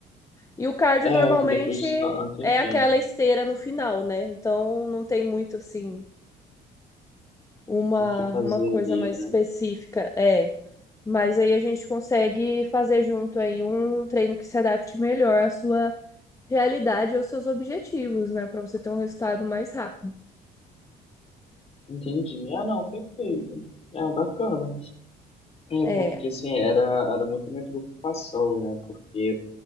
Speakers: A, on the left; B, on the left.
A: E o cardio
B: É,
A: normalmente
B: que depois só ah, entendi
A: é aquela esteira no final, né? Então não tem muito assim uma,
B: o que fazer
A: uma coisa
B: ali,
A: mais
B: né?
A: específica. É. Mas aí a gente consegue fazer junto aí um treino que se adapte melhor à sua realidade e aos seus objetivos, né? Para você ter um resultado mais rápido.
B: Entendi. Ah, não, perfeito. Ah, bacana. É,
A: É.
B: porque, assim, era, era muito minha preocupação, né? Porque